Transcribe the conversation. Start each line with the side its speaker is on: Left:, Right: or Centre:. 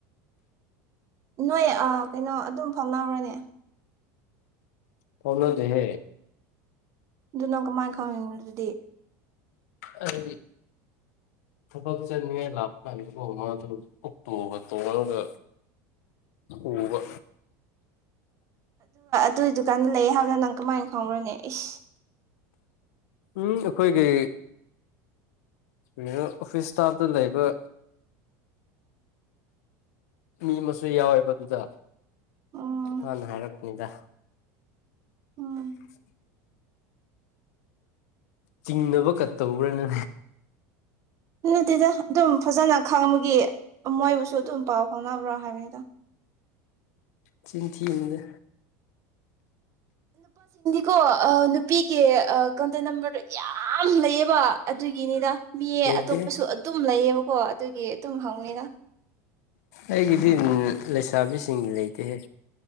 Right: ꯅꯣꯏ ꯑ ꯀꯩꯅꯣ ꯑꯗꯨꯝ ꯐꯥꯎꯅꯧꯔꯅꯦ
Left: ꯐꯅꯗꯍꯦ
Right: ꯑꯗꯨꯅꯪ ꯀꯃꯥꯏꯅ ꯈꯪꯅꯤꯡꯅꯣ ꯑꯗꯨꯗꯤ
Left: ꯍꯥꯏꯗꯤ ꯊꯕꯛ ꯆꯠꯅꯤꯡꯉꯥꯏ ꯂꯥꯞꯄ ꯀꯥꯟꯗꯀꯣ ꯃꯥꯗꯨ ꯀꯇꯣꯛꯕ ꯇꯣꯛꯉꯒ ꯎꯕ
Right: ꯑꯗꯨꯒꯤ ꯗꯨꯀꯥꯟꯗ ꯂꯩꯑꯦ ꯍꯥꯏꯕꯗ ꯅꯪ ꯀꯃꯥꯏꯅ ꯈꯪ꯭ꯔꯣꯅꯦ ꯏꯁ
Left: ꯎꯝ ꯑꯩꯈꯣꯏꯒꯤ ꯑꯣꯐꯤꯁꯁ ꯏꯁꯇꯞ ꯂꯩꯕꯔꯥ ꯃꯤ ꯑꯃꯁꯨ ꯌꯥꯎꯋꯦꯕꯗꯨꯗ
Right: ꯎꯝ
Left: ꯑ ꯅ ꯍꯥꯏꯔꯛ ꯑꯅꯤꯗ
Right: ꯎꯝ
Left: ꯏꯁ <inaudible> ꯆꯤꯡꯅꯕ ꯀꯠꯇꯧꯕ꯭ꯔꯥꯅ
Right: ꯅꯠꯇꯗ ꯑꯗꯨꯝ ꯐꯖꯅ ꯈꯪꯕꯒꯤ ꯃꯣꯏꯕꯨꯁꯨ ꯑꯗꯨꯝ ꯄꯥꯎ ꯐꯥꯎꯅꯕ꯭ꯔꯣ ꯍꯥꯏꯕꯅꯤꯗ
Left: ꯆꯤꯟꯊꯗ
Right: ꯀꯣ ꯅꯨꯄꯤꯒꯤ ꯀꯥꯎꯟꯇꯔ ꯅꯝꯕꯔ ꯌꯥꯝ ꯂꯩꯌꯦꯕ ꯑꯗꯨꯒꯤꯅꯤꯗ ꯃꯤꯌꯦ
Left: ꯂꯩꯇꯦ
Right: ꯑꯇꯣꯞꯄꯁꯨ ꯑꯗꯨꯝ ꯂꯩꯌꯦꯕ ꯍꯣ ꯑꯗꯨꯒꯤ ꯑꯗꯨꯝ ꯍꯪꯉꯤꯅ
Left: ꯑꯩꯒꯤꯗꯤ ꯂꯩꯁꯥꯕꯤꯁꯤꯡꯒꯤ ꯂꯩꯇꯦꯍꯦ